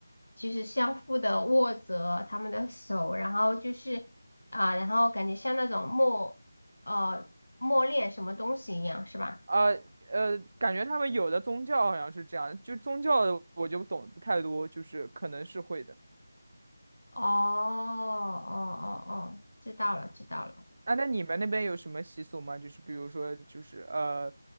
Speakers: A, on the left; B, on the right.
A: 就是相互的握着他们的手，然后就是啊、然后感觉像那种默呃默念什么东西一样，是吧？
B: 呃呃，感觉他们有的宗教好像是这样，就宗教的我就懂不太多，就是可能是会的。
A: 哦哦哦哦，知道了知道了。
B: 啊，那你们那边有什么习俗吗？就是比如说，就是呃，